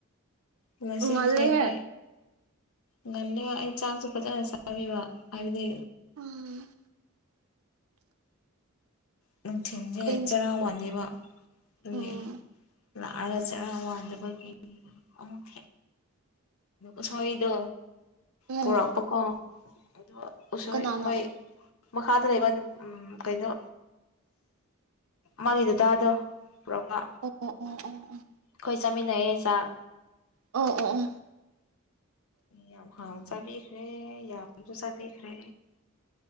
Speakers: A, on the left; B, on the right.
A: ꯉꯁꯤꯁꯦ
B: ꯉꯜꯂꯦꯍꯦ
A: ꯑꯩꯈꯣꯏ ꯉꯟꯂꯦꯕ ꯑꯩ ꯆꯥꯛꯁꯨ ꯐꯖꯅ ꯆꯥꯕꯤꯕ ꯍꯥꯏꯕꯗꯤ
B: ꯎꯝ
A: ꯅꯨꯡꯊꯤꯟꯖꯦ
B: ꯀꯩ
A: ꯆꯔꯥ ꯋꯥꯟꯗꯦꯕ ꯑꯗꯨꯒꯤ
B: ꯎꯝ
A: ꯂꯥꯛꯑꯒ ꯆꯔ ꯋꯥꯟꯗꯕꯒꯤ ꯑꯃꯨꯛ ꯎꯁꯣꯏꯗꯣ
B: ꯎꯝ
A: ꯄꯨꯔꯛꯄꯀꯣ ꯑꯗꯣ ꯎꯁꯣꯏ
B: ꯀꯅꯥꯅꯣ
A: ꯃꯣꯏ ꯃꯈꯥꯗ ꯂꯩꯕ ꯎꯝ ꯀꯩꯅꯣ ꯃꯥꯒꯤ ꯗꯗꯥꯗꯣ ꯄꯨꯔꯛꯄꯥ
B: ꯑꯣ ꯑꯣ ꯑꯣ ꯑꯣ ꯑꯣ
A: ꯈꯣꯏ ꯆꯥꯃꯤꯟꯅꯩꯌꯦ ꯆꯥꯛ
B: ꯑꯣ ꯑꯣ ꯑꯣ
A: ꯌꯥꯝ ꯍꯥꯎ ꯆꯕꯤꯈꯔꯦ ꯌꯥꯝꯖꯨ ꯆꯕꯤꯈ꯭ꯔꯦ